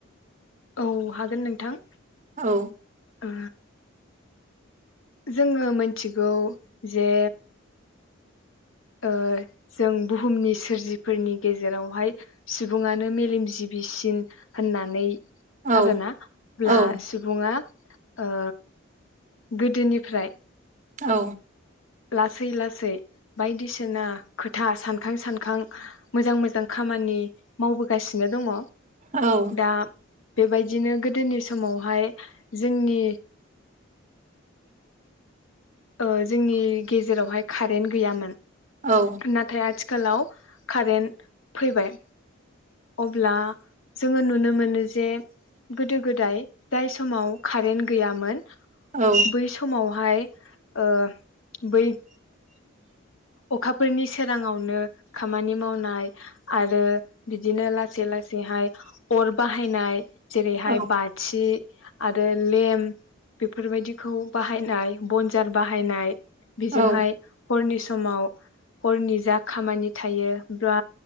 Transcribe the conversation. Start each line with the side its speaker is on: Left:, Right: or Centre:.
Left: औ हागोन नोंथां
Right: औ
Left: ओ जोङो मिथिगौ जे ओ जों बुहुमनि सोरजिफोरनि गेजेरावहाय सुबुङानो मेलेमजिबिसिन होननानै
Right: औ
Left: आरोना अब्ला
Right: औ
Left: सुबुङा ओ गोदोनिफ्राय
Right: औ
Left: लासै लासै बायदिसिना खोथा सानखां सानखां मोजां मोजां खामानि मावबोगासिनो दङ
Right: औ
Left: दा बेबायदिनो गोदोनि समावहाय जोंनि ओ जोंनि गेजेरावहाय कारेन्ट गैयामोन
Right: औ
Left: नाथाय आथि खालाव कारेन्ट फैबाय अब्ला जोङो नुनो मोनो जे गोदो गोदाय जाय समाव कारेन्ट गैयामोन
Right: औ
Left: बै समाव हाय ओ बै अखाफोरनि सोरांङावनो खामानि मावनाय आरो बिदिनो लासै लासैहाय अर बाहायनाय। जेरैहाय
Right: औ
Left: बाथि आरो लेमप बेफोरबायदिखौ बाहायनाय बनजार बाहायनाय बिजोंहाय
Right: औ
Left: हरनि स समाव हरनि जा खामानि थायो बा